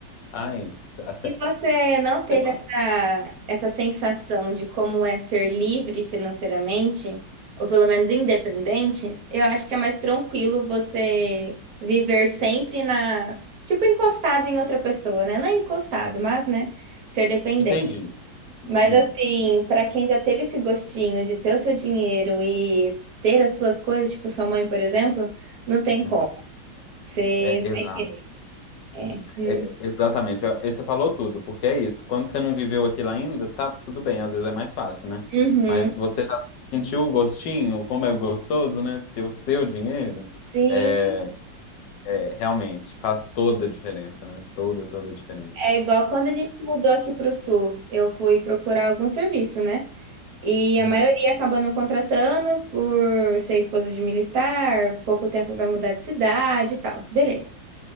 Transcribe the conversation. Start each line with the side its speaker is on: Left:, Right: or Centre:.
Left: Ai, se- se-
Right: E você não teve
Left: sei lá.
Right: essa, essa sensação de como é ser livre financeiramente, ou pelo menos independente? Eu acho que é mais tranquilo você viver sempre na, tipo, encostado em outra pessoa, né? Não é encostado, mas, né, ser dependente.
Left: Entendi.
Right: Mas
Left: Uhum,
Right: assim, para quem já teve esse gostinho de ter o seu dinheiro e ter as suas coisas, tipo sua mãe, por exemplo, não tem
Left: uhum.
Right: como. Você
Left: É, exato.
Right: vai querer. É. Hum.
Left: É, exatamente, Eu- você falou tudo, porque é isso. Quando você não viveu aquilo ainda, tá tudo bem, às vezes é mais fácil, né?
Right: Uhum.
Left: Mas você já sentiu o gostinho, como é gostoso, né? Ter o seu dinheiro,
Right: Sim.
Left: é, é, realmente faz toda a diferença, né? Toda, toda a diferença.
Right: É igual quando a gente mudou aqui para o sul, eu fui procurar algum serviço, né? E
Left: Uhum.
Right: a maioria acaba não contratando por ser esposa de militar, pouco tempo vai mudar de cidade e tal, beleza.